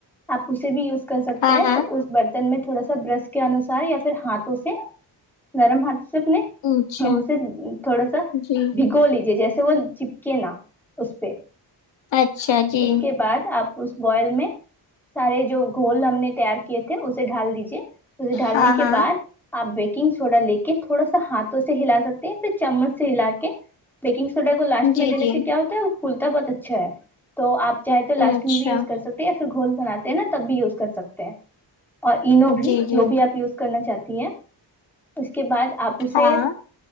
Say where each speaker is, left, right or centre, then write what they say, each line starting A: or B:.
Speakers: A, in the centre; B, on the left.
A: آپ اسے بھی یوز کر سکتے
B: ہاں
A: ہیں
B: ہاں
A: تو اس بر تن میں تھوڑا سا برش کے انصار یا پھر ہاتھوں سے نرم ہاتھوں سے اپنے
B: اچھا
A: اسے تھوڑا سا
B: جی
A: بھگو لیجے جیسے وہ چپکے نا اس پے
B: اچھا جی
A: اس کے بعد آپ اس بوائل میں سارے جو گھول ہم نے تیار کیے تھے اسے ڈھال دیجے اسے ڈھالنے
B: ہاں
A: کے
B: ہاں
A: بعد آپ بیکنگ سوڈا لے کے تھوڑا سا ہاتھوں سے ہلا سکتے ہیں پھر چمچ سے ہلا کے بیکنگ سوڈا کو لاسٹ
B: جی
A: میں دینے
B: جی
A: سے کیا ہوتا ہے وہ پھولتا بہت اچھا ہے تو آپ چاہے تو لاسٹ
B: اچھا
A: میں بھی یوز کر سکتے ہیں یا پھر گھول بناتے ہیں نا تب بھی یوز کر سکتے ہیں اور اینو بھی
B: جی جی
A: جو بھی آپ یوز کرنا چاہتی ہیں اس کے بعد آپ اسے
B: ہاں